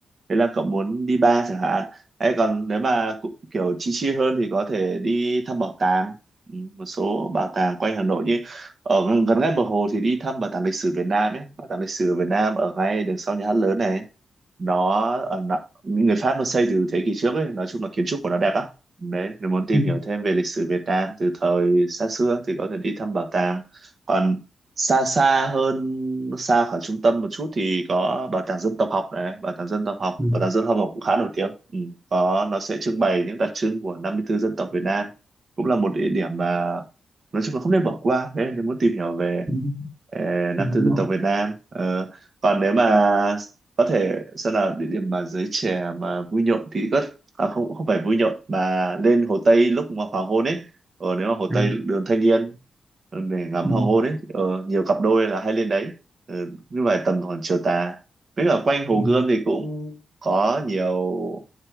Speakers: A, on the right; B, on the right.
A: Thế là cậu muốn đi bar chẳng hạn. Ấy còn nếu mà cũng kiểu chi chi hơn thì có thể đi thăm bảo tàng, Ừ, một số bảo tàng quanh Hà Nội như ở gần gần ngay bờ hồ thì đi thăm bảo tàng lịch sử Việt Nam ấy, bảo tàng lịch sử Việt Nam ở ngay đằng sau nhà hát lớn này. Nó ở, người Pháp nó xây từ thế kỷ trước ấy, nói chung là kiến trúc của nó đẹp lắm Đấy, nếu muốn tìm
B: ừ,
A: hiểu thêm về lịch sử Việt Nam từ thời xa xưa thì có thể đi thăm bảo tàng. Còn xa xa hơn, xa khỏi trung tâm một chút thì có bảo tàng dân tộc học này, bảo tàng dân tộc học,
B: ừ,
A: bảo tàng dân tộc học cũng khá nổi tiếng. Ừ. Có nó sẽ trưng bày những đặc trưng của năm mươi tư dân tộc Việt Nam. Cũng là một địa điểm mà nói chung là không nên bỏ qua. Đấy, nếu muốn tìm hiểu về
B: ừ,
A: ờ, năm
B: Hà Nội
A: tư dân tộc Việt Nam. Ờ, còn nếu mà có thể xem là địa điểm mà giới trẻ mà vui nhộn thì có à, không không phải Vui Nhộn mà lên Hồ Tây lúc mà hoàng hôn ấy ờ, nếu mà Hồ
B: à,
A: Tây đường Thanh Niên ờ, để ngắm
B: ừ,
A: hoàng hôn ấy ờ, nhiều cặp đôi là hay lên đấy ờ, nhưng mà tầm khoảng chiều tà với cả quanh Hồ
B: ừ,
A: Gươm thì cũng có nhiều